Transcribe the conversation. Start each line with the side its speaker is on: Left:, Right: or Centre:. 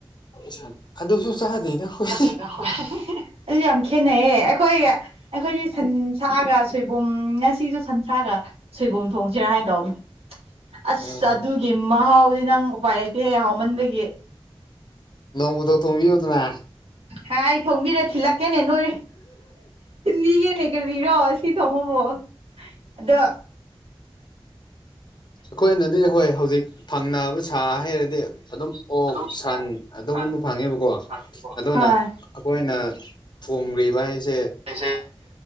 Left: ꯁꯟ ꯑꯗꯨꯁꯨ ꯆꯥꯗꯦꯗ ꯑꯩꯈꯣꯏ
Right: <inaudible> ꯑꯗꯨ ꯌꯥꯝ ꯈꯦꯠꯅꯩꯌꯦ ꯑꯩꯈꯣꯏꯒ ꯑꯩꯈꯣꯏꯗꯤ ꯁꯟꯁꯥꯒ ꯁꯣꯏꯕꯨꯝ ꯉꯁꯤꯁꯨ ꯁꯟꯁꯥꯒ ꯁꯣꯏꯕꯨꯝ ꯊꯣꯡꯁꯤꯔꯥ ꯍꯥꯏꯅ ꯇꯧꯕꯅꯤ ꯑꯁ
Left: ꯎꯝ
Right: ꯑꯗꯨꯒꯤ ꯃꯍꯥꯎꯗꯤ ꯅꯪ ꯎꯄꯥꯏ ꯂꯩꯇꯦꯍꯦ ꯍꯥꯎꯃꯥꯟꯕꯒꯤ
Left: ꯅꯧꯗꯧ ꯊꯣꯡꯕꯤ ꯌꯨ ꯗꯥꯅ
Right: ꯍꯥꯏ ꯊꯣꯡꯕꯤꯔꯥ ꯊꯤꯜꯂꯛꯀꯦꯅꯦ ꯅꯣꯏ ꯊꯜꯕꯤꯒꯦꯅꯦ ꯀꯔꯤꯔꯣ ꯇꯤ ꯇꯣꯡꯕꯕꯣ ꯑꯗꯣ
Left: ꯑꯩꯈꯣꯏꯅꯗꯤ ꯍꯣꯏ ꯍꯧꯖꯤꯛ ꯐꯪꯅꯕ ꯁꯥ ꯍꯥꯏꯔꯗꯤ ꯗꯤ ꯑꯗꯨꯝ ꯑꯣꯛ
Right: ꯑꯗꯨꯝ ꯁꯣ
Left: ꯁꯟ ꯑꯗꯨꯒꯨꯝꯕ
Right: ꯁꯟ
Left: ꯐꯪꯉꯦꯕꯀꯣ
Right: ꯑꯗꯨꯝ ꯁꯥꯡꯉꯦꯕꯀꯣ
Left: ꯑꯗꯨꯅ
Right: ꯍꯣꯏ
Left: ꯑꯩꯈꯣꯏꯅ ꯊꯣꯡꯔꯤꯕ ꯍꯥꯏꯁꯦ
Right: <unintelligible> ꯉꯦ